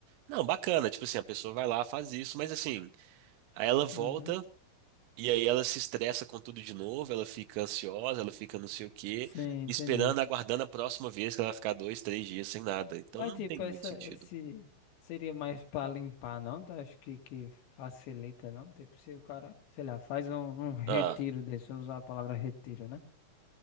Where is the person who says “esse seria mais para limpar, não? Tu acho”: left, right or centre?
Left